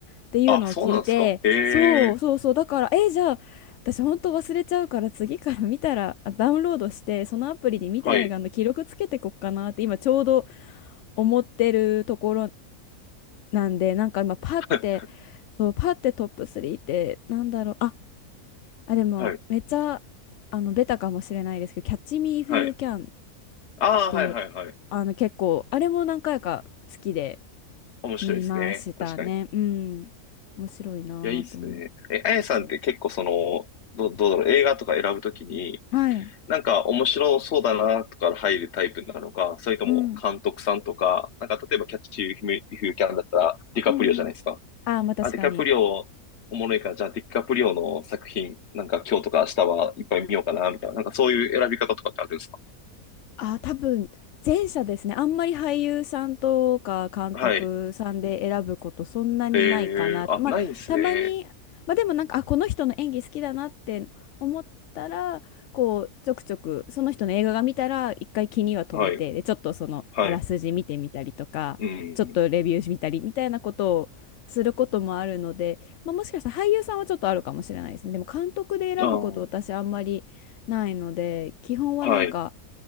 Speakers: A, on the left; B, on the left.
A: っていうのを聞いてそうそうそうだからえじゃあ私本当忘れちゃうから次から見たらあダウンロードしてそのアプリに見た映画の記録つけてこっかなって今ちょうど
B: あ、そうなんですかええはい、
A: 思ってるところなんで、なんか今パッて、
B: <laughs>
A: そう、パッてトップ3ってなんだろう。あ、あ、でもめっちゃ、
B: はい、
A: あの、ベタかもしれないですけど、キャッチミー If
B: はい。
A: You Can っ
B: ああ、
A: て、
B: はい、はい、はい。
A: あの、結構、あれも何回か好きで
B: 面白いですね。
A: 見ましたね。
B: 確かに。
A: うん。面白いなぁと思って。
B: いや、いいっすね。え、あやさんって結構その、ど、どうだろう、映画とか選ぶときに、
A: はい。
B: なんか面白そうだなとか入るタイプなのか、それとも監督さんとか、
A: うん。
B: なんか例えばキャッチフィフキャンだったらディカプリオじゃないですか。
A: うんうん。ああ、まあ確かに。
B: あ、ディカプリオおもろいから、じゃあディカプリオの作品、なんか今日とか明日はいっぱい見ようかな、みたいな。なんかそういう選び方とかってあるんですか
A: あ、多分前者ですね。あんまり俳優さんとか監督さんで選ぶことそんなにないかなって。
B: はい。えー、あ、
A: まあ、
B: ないんですね。
A: たまに、まあでもなんか、あ、この人の演技好きだなって思ったら、こう、ちょくちょく、その人の映画が見たら、一回気には留めて、
B: はい。
A: で、ちょっとその、
B: はい。
A: あらすじ見てみたりとか、
B: うん。
A: ちょっとレビュー見たりみたいなことをすることもあるので、まあ、もしかしたら俳優さんはちょっとあるかもしれないですね。でも監督で選ぶこと私あんまりないので、
B: あー
A: 基本はなんか、
B: はい。